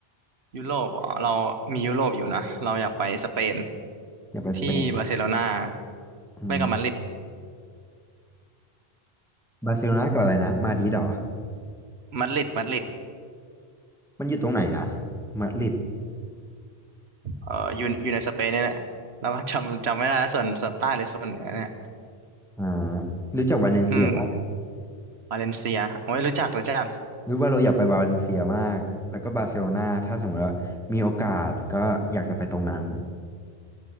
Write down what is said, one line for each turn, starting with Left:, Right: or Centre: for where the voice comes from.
Right: ยุโรปอ๋อเรามียุโรปอยู่นะเราอยากไปสเปน
Centre: อยากไปสเปน
Right: ที่บาร์เซโลนา
Centre: อืม
Right: ไม่ก็มาดริด
Centre: บาร์เซโลนากับอะไรนะมาดริดเหรอ
Right: มาดริดมาดริด
Centre: มันอยู่ตรงไหนนะมาดริด
Right: เอ่ออยู่อยู่ในสเปนเนี่ยแหละเราก็จำจำไม่ได้ส่วนส่วนใต้หรือส่วนเหนือเนี่ย
Centre: อ่ารู้จักวาเลนเซียปะ
Right: อืมวาเลนเซียโอ้ยรู้จักรู้จัก
Centre: หรู้ว่าเราอยากไปวาเลนเซียมากแล้วก็บาร์เซโลนาถ้าสมมติว่ามีโอกาสก็อยากจะไปตรงนั้น